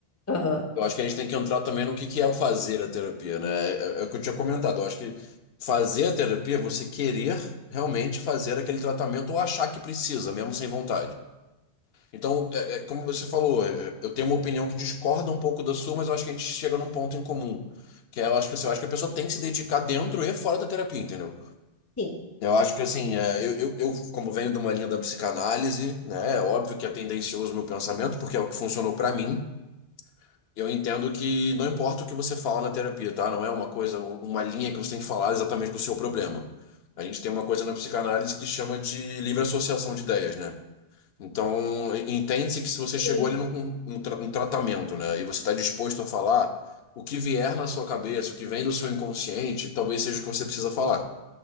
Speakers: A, on the left (about 20°); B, on the left (about 70°).
A: Aham.
B: Eu acho que a gente tem que entrar também no que que é o fazer a terapia, né? É, é é o que eu tinha comentado. Eu acho que fazer a terapia é você querer realmente fazer aquele tratamento ou achar que precisa, mesmo sem vontade. Então, é- é como você falou, é- é, eu tenho uma opinião que discorda um pouco da sua, mas eu acho que a gente chega num ponto em comum. Que é, eu acho que, assim, eu acho que a pessoa tem que se dedicar dentro e fora da terapia, entendeu?
A: Sim.
B: Eu acho que, assim, é, eu, eu, eu, como venho de uma linha da psicanálise, né, é óbvio que é tendencioso o meu pensamento, porque é o que funcionou pra mim. eu entendo que não importa o que você fala na terapia, tá? Não é uma coisa, um- uma linha que você tem que falar exatamente do seu problema. A gente tem uma coisa na psicanálise que chama de livre associação de ideias, né? Então, entende-se que se você chegou
A: Sim.
B: ali num num tra- num tratamento, né, e você está disposto a falar, o que vier na sua cabeça, o que vem do seu inconsciente, talvez seja o que você precisa falar.